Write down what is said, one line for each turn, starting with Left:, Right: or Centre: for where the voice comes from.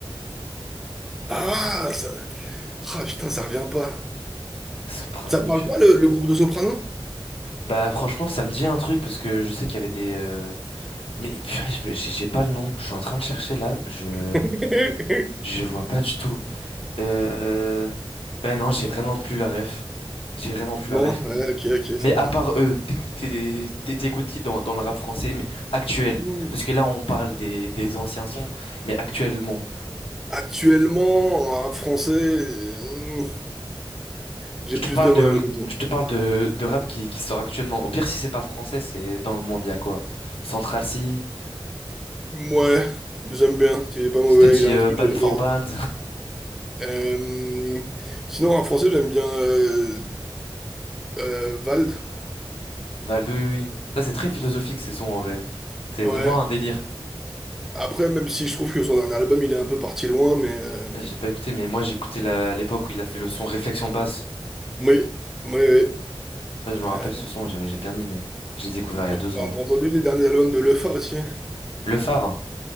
Centre: Ah, ça... ah, putain, ça revient pas.
Left: Soprano,
Centre: Ça te parle
Left: purée.
Centre: pas le, le groupe de Soprano?
Left: Bah franchement, ça me dit un truc parce que je sais qu'il y avait des. euh, Mais purée, je- j'ai j'ai pas le nom. Je suis en train de chercher là. Je,
Centre: <laughs>
Left: je vois pas du tout. Euh... Ben non, j'ai vraiment plus la ref. J'ai vraiment plus
Centre: Non?
Left: la ref.
Centre: Ouais,
Left: M- m-
Centre: ok, ok,
Left: Mais
Centre: ça marche.
Left: à part eux, t'éc- t'é- t'é- t'écoutes qui dans, dans le rap français, mais actuel?
Centre: Mm.
Left: Parce que là, on parle des, des anciens sons, mais actuellement.
Centre: Actuellement, en rap français, euh, mm, j'ai
Left: Je
Centre: plus
Left: te parle
Centre: de mal,
Left: de,
Centre: honnêtement.
Left: je te parle de, de rap qui, qui sort actuellement. Au pire, si c'est pas français, c'est dans le monde, il y a quoi? Central C,
Centre: Ouais, j'aime bien. Il est pas mauvais,
Left: je te dis
Centre: il a
Left: euh,
Centre: un truc.
Left: Band
Centre: euh,
Left: for
Centre: il
Left: Band,
Centre: a- euh, Sinon, en rap français, j'aime bien euh, euh, Vald.
Left: <laughs> Valdo, oui, oui. Ça, c'est très philosophique, ces sons, en vrai. C'est
Centre: Ouais.
Left: vraiment un délire.
Centre: Après, même si je trouve que son dernier album, il est un peu parti loin, mais euh,
Left: J'ai pas écouté, mais moi, j'ai écouté la- l'époque où il a fait le son Réflexion basse.
Centre: oui, oui, oui.
Left: Ça, je me rappelle
Centre: Euh,
Left: ce son, j'avais- j'ai bien aimé. Je l'ai découvert il y a deux
Centre: t'as
Left: ans.
Centre: entendu les derniers albums de Lefa aussi?
Left: Le phare?